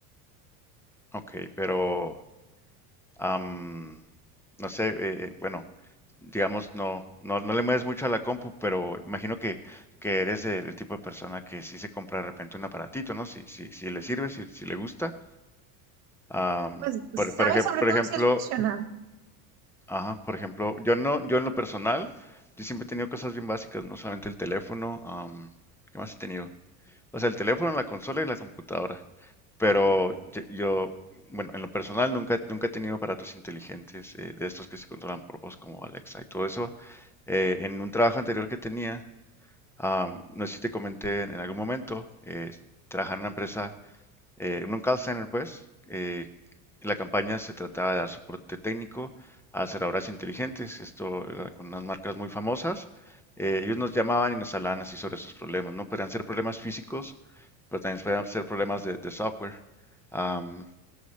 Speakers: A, in the centre; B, on the right.
A: Ok, pero am, no sé, eh, eh, bueno, digamos, no, no, no le mueves mucho a la compu, pero imagino que, que eres de- del tipo de persona que sí se compra de repente un aparatito, ¿no? Si, si, si le sirve, si, si le gusta. Am,
B: Pues, ¿sabes?
A: por, por ejem-
B: Sobre
A: por
B: todo
A: ejemplo,
B: si es funcional.
A: ajá, por ejemplo, yo no, yo en lo personal, yo siempre he tenido cosas bien básicas, no solamente el teléfono, am, ¿qué más he tenido? O sea, el teléfono, la consola y la computadora. Pero yo, yo, bueno, en lo personal nunca, nunca he tenido aparatos inteligentes eh, de estos que se controlan por voz como Alexa y todo eso. Eh, en un trabajo anterior que tenía, am, no sé si te comenté en, en algún momento, eh, trabajaba en una empresa eh, en un call center, pues, eh, la campaña se trataba de dar soporte técnico a cerraduras inteligentes, esto era con unas marcas muy famosas. Eh, ellos nos llamaban y nos hablaban así sobre sus problemas, ¿no? Podían ser problemas físicos, pero también podían ser problemas de, de software. Am,